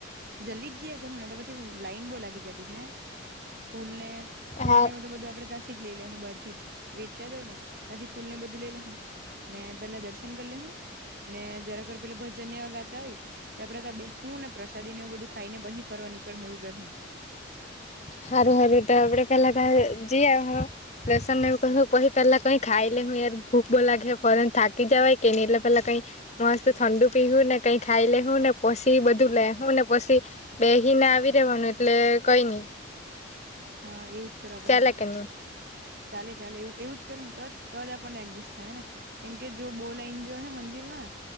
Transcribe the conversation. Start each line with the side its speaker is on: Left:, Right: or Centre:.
Right: જલ્દી જ જીએ અગર હું ને તો પછી હું લાઈન બો લાગી જતી છે. ફૂલ ને ફૂલ
Left: હા
Right: ને એઉ તો બધું આપડે તાથી જ લઈ લે હું બાર થી જ વેત્તા જ હોય ને ત્યાંથી ફૂલ ને બધું લઈ લે હું ને પેલા દર્શન કલેહું ને જરાકર પેલું ભજન એવા ગાતા હોય તો આપડે તા હું ને પ્રસાદી ને એવું બધું ખાઈ ને પહી ફરવા નીકળું એવું કર હું
Left: હારું હવે ત આપડે પેલા તા જી આ હ લસન ને <unintelligible> પહી પહેલા કઈ ખાય લે <unintelligible> યાર ભૂખ બો લાગે ફોરન થાકી જવાય કે ની એટલે પેલા કઈ મસ્ત ઠંડુ પીવહું ને કઈ ખાઈ એ લેહું ને પશી બધું લે હું ને પછી બે હિ ને આવી રેવાનું એટલે કઈ ની
Right: હા એવું જ કરવા પડે
Left: ચાલેકે ની.
Right: ચાલે ચાલે એવ-એવું જ કરું તોત તો જ આપણને એગ્જસ થાય ને કેમ કે જો બો લાઇન જો હે મંદિરમાં